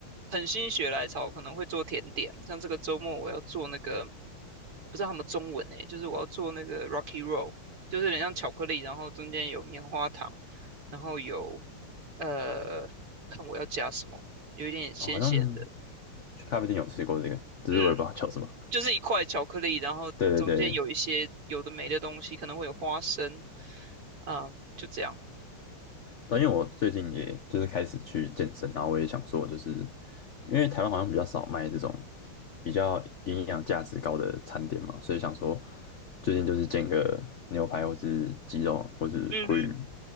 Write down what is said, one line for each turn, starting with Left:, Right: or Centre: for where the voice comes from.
Right: 很心血来潮，可能会做甜点，像这个周末我要做那个，我不知道他们中文诶，就是我要做那个 Rocky Roll，就是有点像巧克力，然后中间有棉花糖，然后有呃，看我要加什么。有一点咸咸的，
Left: 哦，好像去咖啡店有吃过这个，只是我也不知道叫什么。
Right: 嗯，就是一块巧克力，然后中间有一些有的没的东西，
Left: 对对对，
Right: 可能会有花生，啊、就这样。
Left: 但因为我最近也就是开始去健身，然后我也想说，就是因为台湾好像比较少卖这种比较营养价值高的餐点嘛，所以想说最近就是煎个牛排或是鸡肉或是鲑鱼，
Right: 嗯哼，